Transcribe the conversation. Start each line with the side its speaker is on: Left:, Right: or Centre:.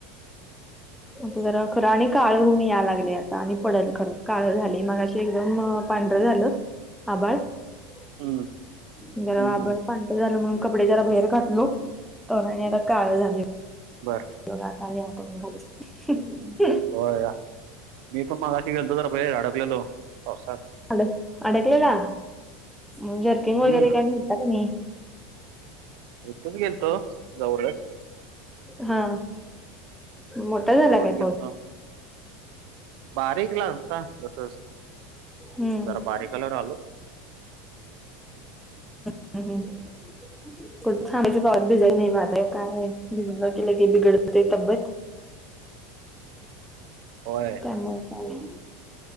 Centre: आता जरा खरं आणि काळ ऊन यायला लागलया. आणि पडल का, काळ झालय मगाशी एकदम पांढरं झालं आभाळ <unintelligible>
Right: हं
Centre: पांढर
Right: हं हं
Centre: झाल म्हणून कपडे जरा बाहेर घातलो तर आणि आता काळ झालय.
Right: बरं.
Centre: <unintelligible>
Right: हो या, मी पण मागाशी गेलतो तर बाहेर अडकलेलो पावसात.
Centre: अडक अडकलेला म जर्किंग
Right: हं
Centre: वगैरे काय नेता का नाही.
Right: इथेच गेलतो जवळच
Centre: हा मोठा झाला
Right: जवळच
Centre: काय
Right: गेलतो
Centre: पाऊस?
Right: बारीक ला आलता जस
Centre: हम्म
Right: जरा बारीकला आलो.
Centre: हम्म हम्म <unintelligible> पावात भिजाई नाही पाहताय काय. भिजल की लगेच बिघडतय तब्बेत.
Right: होय.
Centre: त्यामुळे काय